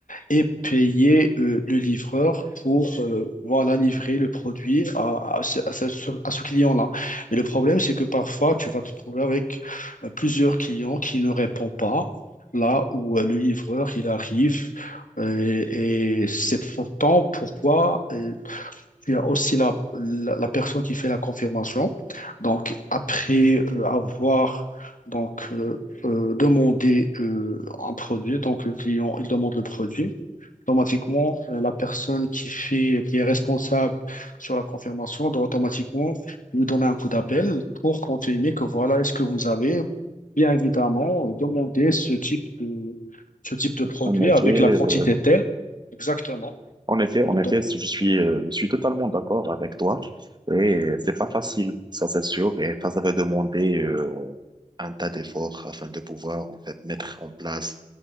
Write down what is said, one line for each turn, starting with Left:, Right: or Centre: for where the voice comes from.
Left: et payer euh, le livreur pour euh, voilà, livrer le produit à, à ce, à ce- à ce client-là. Mais le problème, c'est que parfois, tu vas te trouver avec euh, plusieurs clients qui ne répondent pas là où euh, le livreur, il arrive. Euh, et c'est pourtant pourquoi euh, tu as aussi la, la, la personne qui fait la confirmation. Donc, après euh, avoir donc, euh, euh, demandé euh, un produit, donc le client, il demande le produit automatiquement, euh, la personne qui fait, qui est responsable sur la confirmation doit automatiquement lui donner un coup d'appel pour confirmer que voilà, est-ce que vous avez bien évidemment demandé ce type de, ce type de produit
Right: en effet,
Left: avec la
Right: euh,
Left: quantité telle. Exactement.
Right: en effet, en effet,
Left: Donc,
Right: je suis, euh, je suis totalement d'accord avec toi. Et c'est pas facile, ça c'est sûr. Et ça, ça va demander, euh, Un tas d'efforts afin de pouvoir en fait mettre en place